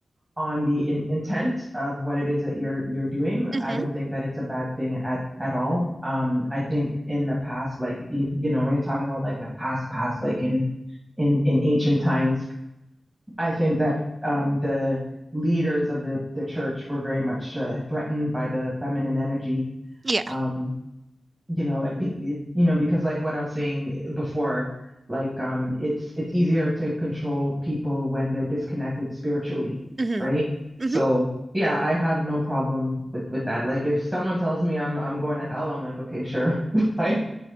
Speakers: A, on the right; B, on the right.
A: on the in- intent of what it is that you're you're doing.
B: <laughs>
A: I
B: hmm
A: don't think that it's a bad thing at at all. Um, I think in the past, like you, you know, when you're talking about like the past past, like in in in ancient times, I think that um, the leaders of the the church were very much uh, threatened by the feminine energy.
B: Yeah.
A: Um, you know, it be, you know, because like what I was saying before, like um, it's it's easier to control people when they're disconnected spiritually,
B: hmm
A: right?
B: hmm
A: So yeah, I have no problem with with that. Like if someone tells me I'm I'm going to hell, I'm like, okay, sure. <laughs> Like